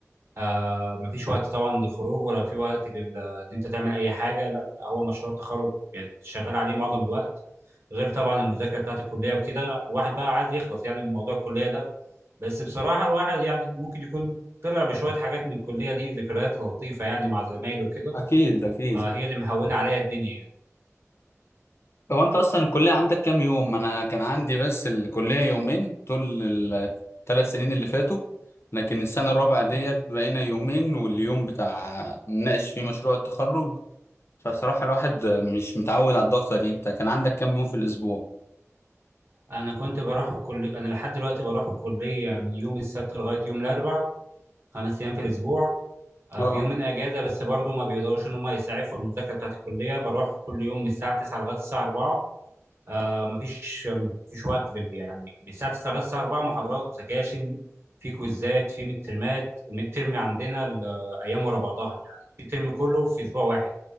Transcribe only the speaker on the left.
اكيد اكيد
هو انت اصلا الكليه عندك كام يوم انا كان عندي بس الكليه يومين طول الثلاث سنين اللي فاتوا لكن السنه الرابعه ديت بقينا يومين واليوم بتاع نناقش فيه مشروع التخرج فصراحه الواحد مش متعود على الضغطه دي انت كان عندك كام يوم في الاسبوع
اه